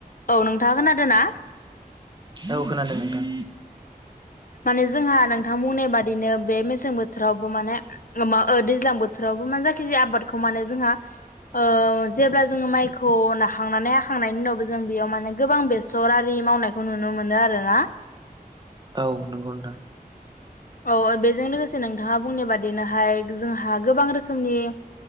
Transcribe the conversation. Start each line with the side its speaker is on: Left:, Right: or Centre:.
Left: औ नोंथाङा खोनादों ना?
Right: औ खोनादों नोंथां
Left: माने जोंहा नोंथां बुंनाय बादिनो बे मेसें बोथोरावबो माने मा ओ दैज्लां बोथोरावबो मा जा खिजाया आबादखौ माने जोंहा ओ जेब्ला जोङो माइखौ नाखांनानै हाखांनायनि उनावबो जों बेयाव माने गोबां बेसर आरि मावनायखौ नुनो मोनो आरोना।
Right: औ नंगौ नोंथां
Left: औ बेजों लोगोसे नोंथाङा बुंनाय बादिनोहाय जोंहा गोबां रोखोमनि